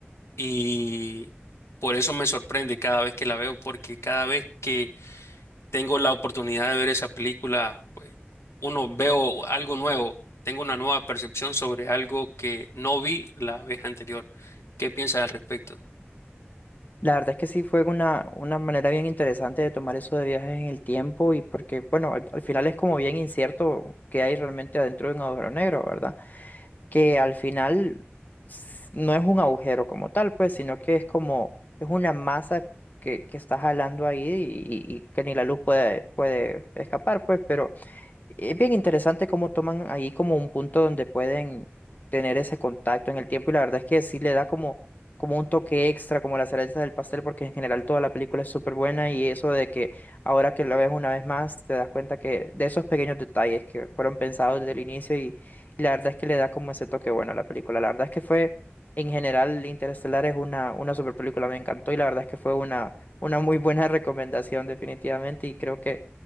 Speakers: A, on the left (about 80°); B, on the left (about 40°).
A: Y por eso me sorprende cada vez que la veo, porque cada vez que tengo la oportunidad de ver esa película, pues uno veo algo nuevo, tengo una nueva percepción sobre algo que no vi la vez anterior. ¿Qué piensas al respecto?
B: La verdad es que sí fue una, una manera bien interesante de tomar eso de viajes en el tiempo y porque, bueno, al, al final es como bien incierto qué hay realmente adentro de un agujero negro, ¿verdad? Que al final s- no es un agujero como tal, pues, sino que es como, es una masa que, que está jalando ahí y, y- y que ni la luz puede, puede escapar, pues, pero... Es bien interesante cómo toman ahí como un punto donde pueden tener ese contacto en el tiempo y la verdad es que sí le da como, como un toque extra, como la cereza del pastel, porque en general toda la película es súper buena y eso de que ahora que la ves una vez más te das cuenta que de esos pequeños detalles que fueron pensados desde el inicio y, y la verdad es que le da como ese toque bueno a la película. La verdad es que fue, en general, Interestelar es una, una super película, me encantó y la verdad es que fue una, una muy buena <laughs> recomendación definitivamente y creo que